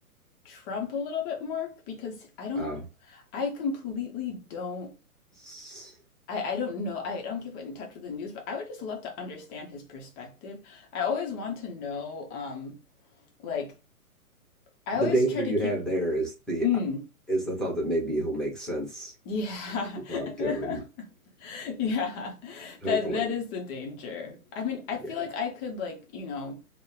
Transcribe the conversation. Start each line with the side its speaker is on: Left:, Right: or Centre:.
Left: Trump a little bit more because I don't,
Centre: Oh.
Left: I completely don't,
Centre: S-
Left: I, I don't know, I don't get in touch with the news, but I would just love to understand his perspective. I always want to know, um, like, I
Centre: The
Left: always
Centre: danger
Left: try to
Centre: you
Left: keep,
Centre: have there is the
Left: mm,
Centre: is the thought that maybe he'll make sense
Left: yeah,
Centre: when you talk
Left: <laughs>
Centre: to him.
Left: yeah,
Centre: Hopefully.
Left: that that is the danger. I mean, I feel
Centre: Yeah.
Left: like I could, like, you know,